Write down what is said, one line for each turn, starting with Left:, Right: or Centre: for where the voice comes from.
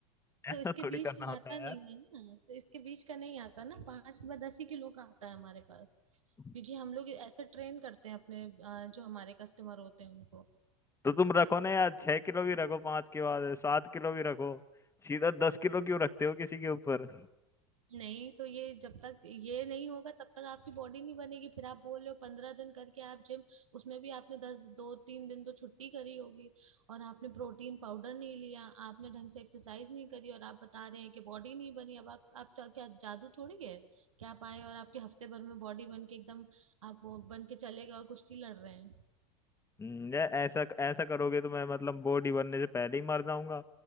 Right: तो
Left: ऐसा
Right: इसके
Left: थोड़ी
Right: बीच
Left: करना
Right: का
Left: होता
Right: आता नहीं
Left: है
Right: है ना तो इसके बीच का नहीं आता ना पांच के बाद दस ही किलो का आता है हमारे पास क्योंकि
Left: यार
Right: हम लोग ऐसे ट्रेन करते हैं अपने अ, जो हमारे कस्टमर होते हैं उनको
Left: तो तुम रखो ना यार छह किलो भी रखो पांच के बाद सात किलो भी रखो सीधा दस किलो क्यों रखते हो किसी के ऊपर
Right: नहीं तो ये जब तक ये नहीं होगा तब तक आपकी बॉडी नहीं बनेगी फिर आप बोल रहे हो पंद्रह दिन करके आप जिम उसमें भी आपने दस दो तीन दिन तो छुट्टी करी होगी और आपने प्रोटीन पाउडर नहीं लिया आपने ढंग से एक्सरसाइज नहीं करी और आप बता रहे हैं कि बॉडी नहीं बनी अब आप आप क्या क्या जादू थोड़ी है क्या आप आए और आपके हफ्ते भर में बॉडी बन के एकदम आप वो बन के चले गए और कुश्ती लड़ रहे हैं
Left: हम्म, यार ऐसा ऐसा करोगे तो मैं मतलब बॉडी बनने से पहले ही मर जाऊंगा